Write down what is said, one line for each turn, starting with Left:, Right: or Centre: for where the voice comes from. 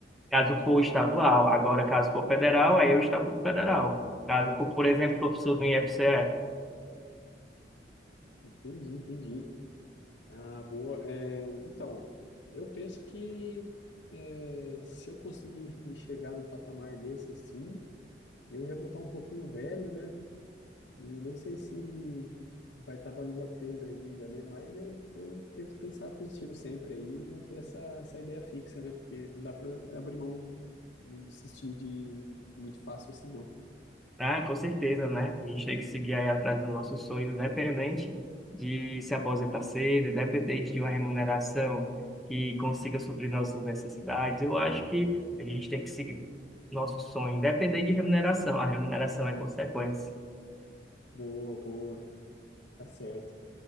Centre: Caso
Left: mas...
Centre: for estadual, agora caso for federal, aí é o estatuto federal.
Left: ah,
Centre: Caso for, por
Left: ótimo.
Centre: exemplo, professor do IFCE,
Left: entendi, entendi. Ah, boa. Eh, então, eu penso que eh, se eu conseguir chegar num patamar desse assim, eu já vou estar um pouquinho velho, né? E não sei se vai estar valendo a pena ainda, né? Mas eu, eu tento pensar positivo sempre aí e manter essa, essa ideia fixa, né? Porque não dá pra abrir mão, não desistir de muito fácil assim, não.
Centre: Ah, com certeza, né? A gente tem que seguir aí atrás do nosso sonho, independente de se aposentar cedo, independente de uma remuneração que consiga suprir nossas necessidades. Eu acho que a gente tem que seguir nosso sonho, independente de remuneração. A remuneração é consequência.
Left: Boa, boa, tá certo.